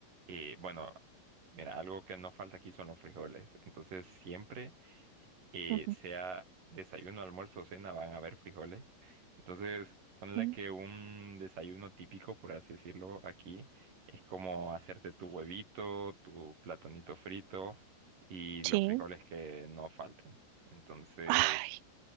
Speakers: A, on the right; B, on the right.
A: eh, bueno, mira, algo que no falta aquí son los frijoles. Entonces, siempre y
B: ujú,
A: sea desayuno, almuerzo o cena, van a haber frijoles. Entonces, ponle
B: ujú.
A: que un desayuno típico, por así decirlo, aquí es como hacerte tu huevito, tu platonito frito y los
B: Sí.
A: frijoles que no falten. Entonces,
B: Ay,